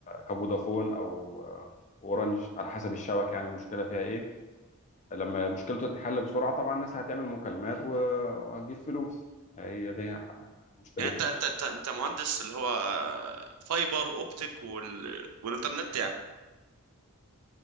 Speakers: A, on the left; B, on the right.
A: كفودافون او آه، اورنج على حسب الشبكة يعني المشكلة فيها ايه لما مشكلته تتحل بسرعة طبعا الناس هتعمل مكالمات و... وهتجيب فلوس هي دي ح- مشكلتها
B: يعني انت انت انت, انت مهندس اللي هو فايبر اوبتيك وال... والانترنت يعني